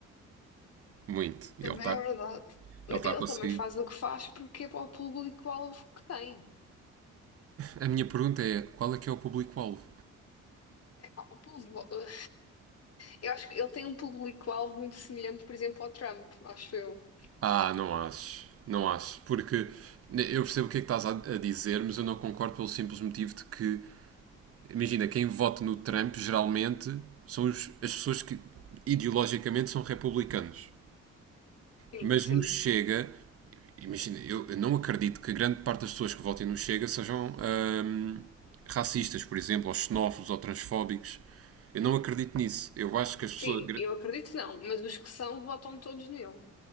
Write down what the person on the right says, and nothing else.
Muito. E
ele está
ele tá a conseguir.
A minha pergunta é: qual é que é o público-alvo?
Ah, não acho. Não acho. Porque eu percebo o que é que estás a a dizer, mas eu não concordo pelo simples motivo de que, imagina, quem vota no Trump geralmente são os- as pessoas que ideologicamente são republicanos.
Mas
no Chega, imagina, eu, eu não acredito que grande parte das pessoas que votem no Chega sejam ahm, racistas, por exemplo, ou xenófobos ou transfóbicos. Eu não acredito nisso. Eu acho que as pessoas.